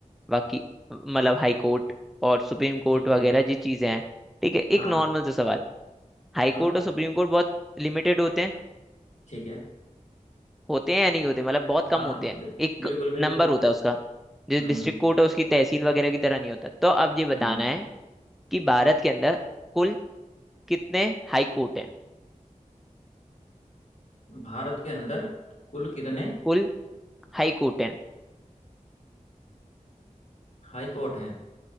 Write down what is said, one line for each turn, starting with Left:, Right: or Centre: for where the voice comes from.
Centre: वकी मतलब हाई कोर्ट और सुप्रीम
Left: ठीक
Centre: कोर्ट वगैरह
Left: है
Centre: जी चीजें हैं ठीक है
Left: हाँ
Centre: एक नॉर्मल सा सवाल हाई
Left: हाँ
Centre: कोर्ट और सुप्रीम कोर्ट बहुत लिमिटेड होते हैं
Left: ठीक है
Centre: होते हैं या नहीं होते मतलब बहुत कम
Left: हाँ
Centre: होते
Left: हाँ
Centre: हैं
Left: बिल,
Centre: एक
Left: बिल्कुल बिल्कुल
Centre: नंबर
Left: बिल्कुल
Centre: होता है उसका जो
Left: हम्म
Centre: डिस्ट्रिक्ट कोर्ट है उसकी तहसील वगैरह की तरह नहीं होता तो अब ये
Left: हम्म
Centre: बताना है कि भारत के अंदर कुल कितने हाई कोर्ट हैं
Left: भारत के अंदर कुल कितने
Centre: कुल हाई कोर्ट है
Left: हाई कोर्ट हैं